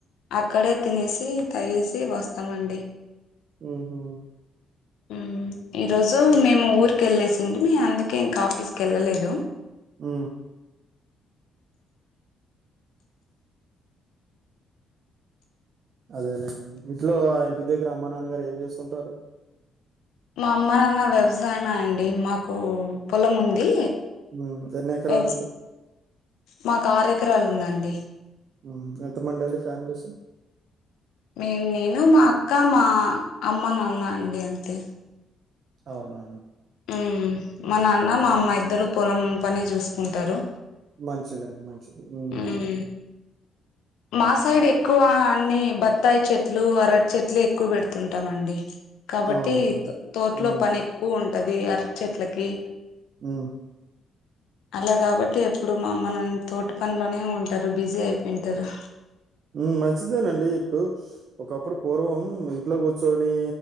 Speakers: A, on the left (about 80°); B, on the right (about 60°).
A: అక్కడే తినేసి తగేసి వస్తమండి
B: ఊహూ
A: ఉమ్ ఈరోజు మేము ఊరికి ఎళ్ళేసింటిమి అందుకే ఇంక ఆఫీస్కి ఎళ్ళలేదు
B: ఊ అదేలేండి ఇంట్లో ఇంటి దగ్గర అమ్మ నాన్నగారు ఏం చేస్తుంటారు
A: మా అమ్మ నాన్న వ్యవసాయమే అండి మాకు పొలం ఉంది
B: మింత్ ఎన్ని ఎకరాలు
A: వ్యవసా
B: ఉంది
A: మాకు ఆరు ఎకరాలు ఉందండి
B: ఊహూ ఎంత మంది అండి ఫ్యామిలీసు
A: మీన్ నేను మా అక్క మా అమ్మ నాన్న అండి అంతే
B: అవునా
A: ఉమ్ మా నాన్న మా
B: అదే.
A: అమ్మ ఇద్దరూ పొలం పనే చూసుకుంటారు
B: మంచిదండి మంచిది ఊమ్
A: ఉమ్ మా సైడ్ ఎక్కువ అన్నీ బత్తాయి చెట్లు అరటి చెట్లే ఎక్కువ పెడుతుంటామండి కాబట్టి
B: అవునవును.
A: తో తోటలో
B: హ్మ్.
A: పని ఎక్కువ ఉంటది అరటి చెట్లకి
B: ఊ
A: అలా కాబట్టి ఎప్పుడూ మా అమ్మ నాన్న తోట పనిలోనే ఉంటారు బిసీ అయిపోయిన్ ద్దరు
B: హ్ మంచిదేనండి ఇప్పుడు ఒకప్పుడు పూర్వం ఇంట్లో కూర్చొని